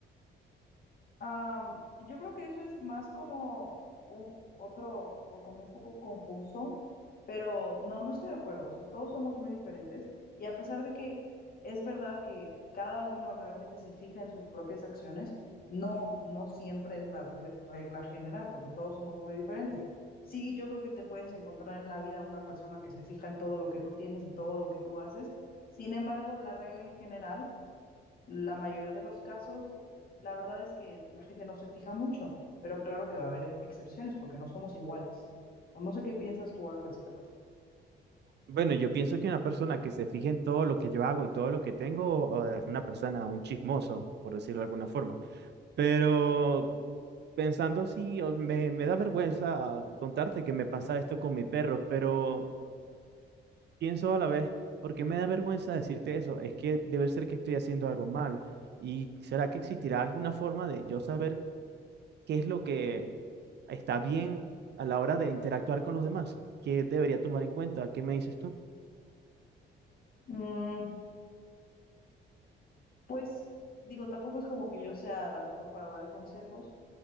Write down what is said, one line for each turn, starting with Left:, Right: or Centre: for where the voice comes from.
Left: Am, yo creo que eso es más como un otro, o como un poco confuso, pero no, no estoy de acuerdo. O sea, todos somos muy diferentes y a pesar de que es verdad que cada uno realmente se fija en sus propias acciones, no, no siempre es la rele- regla general, porque todos somos muy diferentes. Sí, yo creo que te puedes encontrar en la vida una persona que se fija en todo lo que tú tienes y todo lo que tú haces. Sin embargo, la regla en general la mayoría de los casos, la verdad es que la gente no se fija mucho, pero claro que va a haber ex- excepciones porque no somos iguales. O no sé qué piensas tú al respecto.
Right: Bueno, yo pienso que una persona que se fije en todo lo que yo hago y todo lo que tengo eh, es una persona, un chismoso, por decirlo de alguna forma. Pero pensando así, o- me, me da vergüenza contarte que me pasa esto con mi perro, pero... pienso a la vez, porque me da vergüenza decirte eso? Es que debe ser que estoy haciendo algo mal. ¿Y será que existirá alguna forma de yo saber qué es lo que está bien a la hora de interactuar con los demás? ¿Qué debería tomar en cuenta? ¿Qué me dices tú?
Left: Mm, pues digo, tampoco es como que yo sea la mejor para dar consejos,